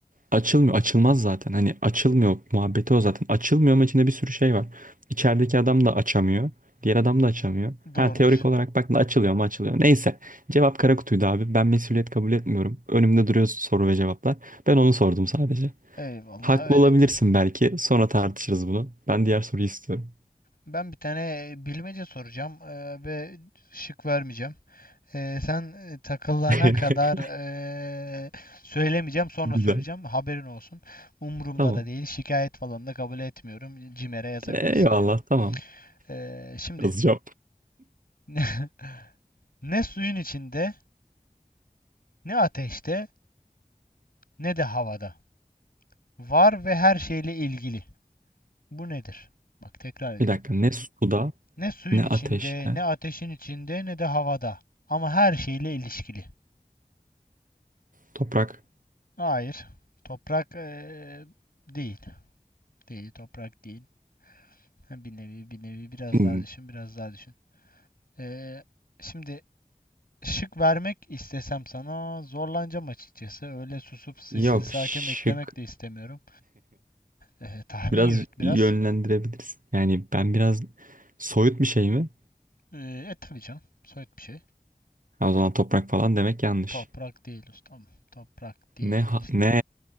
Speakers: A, on the right; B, on the left.
A: Açılmıyor. Açılmaz zaten. Hani açılmıyor muhabbeti o zaten. Açılmıyor ama içinde bir sürü şey var. İçerideki adam da açamıyor. Diğer adam da açamıyor. Ha
B: Doğrudur.
A: teorik olarak bak açılıyor mu açılıyor. Neyse. Cevap kara kutuydu abi. Ben mesuliyet kabul etmiyorum. Önümde duruyor soru ve cevaplar. Ben onu sordum sadece.
B: Eyvallah
A: Haklı
B: öyledir.
A: olabilirsin belki. Sonra tartışırız bunu. Ben diğer soruyu istiyorum.
B: Ben bir tane e, bilmece soracağım e, ve şık vermeyeceğim. Ee, sen e, takılana
A: <laughs>
B: kadar e, söylemeyeceğim, sonra
A: Güzel.
B: söyleyeceğim. Haberin olsun. Umurumda
A: Tamam.
B: da değil. Şikayet falan da kabul etmiyorum. Cimer'e yazabilirsin
A: Eyvallah
B: yani.
A: tamam.
B: Ee, şimdi
A: Yazacağım.
B: <laughs> ne suyun içinde, ne ateşte, ne de havada. Var ve her şeyle ilgili. Bu nedir? Bak tekrar ediyorum.
A: Bir dakika. Ne suda
B: Ne suyun
A: ne
B: içinde,
A: ateşte.
B: ne ateşin içinde, ne de havada. Ama her şeyle ilişkili.
A: Toprak.
B: Hayır. Toprak e, değil. Değil, toprak değil. Ha, Bir nevi bir nevi biraz
A: Hmm,
B: daha düşün biraz daha düşün. Ee, şimdi şık vermek istesem sana zorlanacağım açıkçası. Öyle susup sessiz
A: Yok
B: sakin
A: şık.
B: beklemek de istemiyorum. Ee, tahmin
A: Biraz
B: yürüt biraz.
A: yönlendirebilirsin. Yani ben biraz soyut bir şey mi?
B: Ee, e tabii canım soyut bir şey.
A: Ha, o zaman toprak falan demek yanlış.
B: Toprak değil ustam. Toprak değil.
A: Ne ha-
B: İşte
A: ne